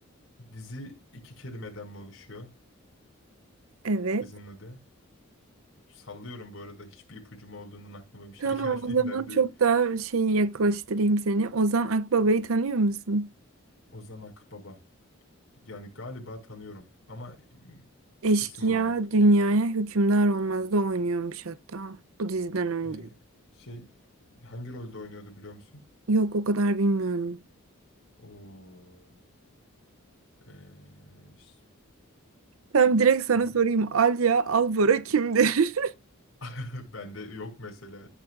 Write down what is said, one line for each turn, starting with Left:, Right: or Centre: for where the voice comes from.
Left: dizi iki kelimeden mi oluşuyor?
Right: Evet.
Left: Dizinin adı. Sallıyorum bu arada hiçbir ipucum olduğundan aklıma bir şey
Right: Tamam
Left: <laughs> geldiğinden
Right: o zaman
Left: değil.
Right: çok daha şeyi yaklaştırayım seni. Ozan Akbaba'yı tanıyor musun?
Left: Ozan Akbaba. Yani galiba tanıyorum ama e,
Right: Eşkıya
Left: isim olarak
Right: dünyaya hükümdar olmazda oynuyormuş hatta bu diziden önce.
Left: e, şey hangi rolde oynuyordu biliyor musun?
Right: Yok o kadar bilmiyorum.
Left: Oo, e, ş-
Right: Tam direkt sana
Left: Ay,
Right: sorayım. Alya Albora kimdir?
Left: <laughs> bende yok mesela.